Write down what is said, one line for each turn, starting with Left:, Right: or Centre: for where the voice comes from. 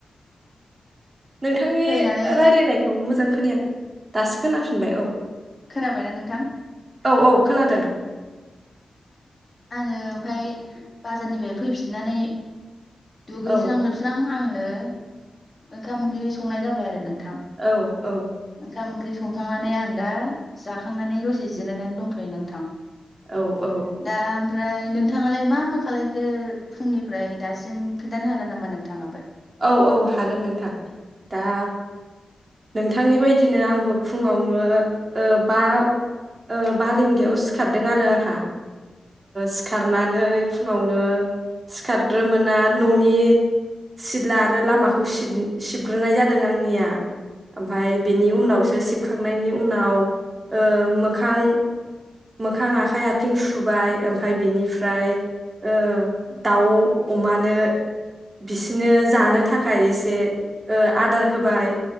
Right: नोंथांनि
Left: फैनानै
Right: रायलायनायखौ मोजां खोनायाखै। दासो खोनाफिनबाय औ।
Left: खोनाबायना नोंथां?
Right: औ औ खोनादों।
Left: आङो ओमफाय बाजारनिफ्राय फैफिननानै दुगैस्रां
Right: औ
Left: लोबस्रां आङो ओ ओंखाम ओंख्रि संनाय जाबाय आरो नों थां
Right: औ औ
Left: ओंखाम ओंख्रि स संखांनानै आं दा जाखांनानै दसे जिरायनानै दंथ'यो नोंथां।
Right: औ औ।
Left: दा ओमफ्राय नोंथाङालाय मा मा खालायखो फुंनिफ्राय दासिम खिन्थानो हागोन नामा नोंथाङाबो?
Right: औ औ हागोन नोंथां। दा नोंथांनि बायदि दिनो आंबो फुंआव ओ बा ओ बा रिंगायाव बिदियाव सिखारदों आरो आंहा सिखारनानै फुङावनो सिखारग्रोमोना न'नि सिला आरो लामाखौ सिब-सिबग्रोनाय जादों आंनिया। ओमफाय बिनि उनावसो सिबखांनायनि उनाव ओ मोखां मोखां आखाइ आथिं सुबाय ओमफाय बिनिफ्राय ओ दाउ अमानो बिसोरनो जानो थाखाय एसे ओ आदार होबाय।